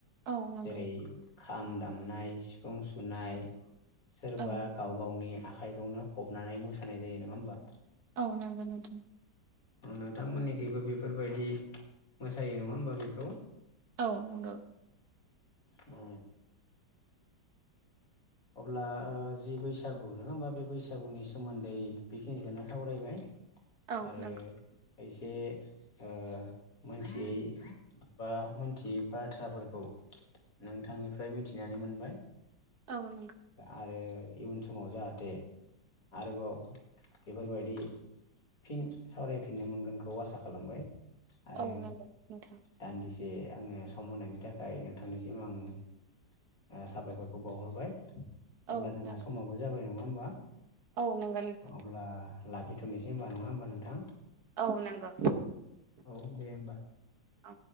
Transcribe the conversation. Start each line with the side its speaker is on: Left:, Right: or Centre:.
Right: औ नंगौ
Left: जेरै खाम दामनाय सिफुं सुनाय सोरबा
Right: औ
Left: गाव गावनि आखाइखौनो खबनानै मोसानाय जायो नङा होमबा
Right: औ नंगौ नोंथां।
Left: नोंथांमोननिखबो बेफोरबायदि मोसायो नङा होमबा बेखौ।
Right: औ नंगौ।
Left: औ। अब्ला जि बैसागु नङा होमबा बे बैसागुनि सोमोन्दै बेखिनिखौनो सावरायबाय
Right: औ
Left: आरो
Right: नंगौ
Left: एसे ओ मोनथियै बा मोनथियै बाथ्राफोरखौ नोंथांनिफ्राय मिथिनानै मोनबाय
Right: औ नंगौ
Left: आरो इयुन समाव जाहाथे आरोबाव बेफोरबायदि फिन सावरायफिननो मोनगोनखौ आसा खालामबाय आरो
Right: औ नंगौ नोंथां
Left: दान्दिसे आंङो सम होनायनि थाखाय नोंथांनिसिम आं साबायखरखौ बावहरबाय। अब्ला
Right: औ
Left: जोंहा
Right: नंगौ
Left: समाबो जाबाय नङा होमबा?
Right: औ नोंगौ नोंथां।
Left: अब्ला लाखिथ'नोसै होनबा नङा होमबा नोंथां?
Right: औ नोंगौ।
Left: औ दे होमबा।
Right: औ।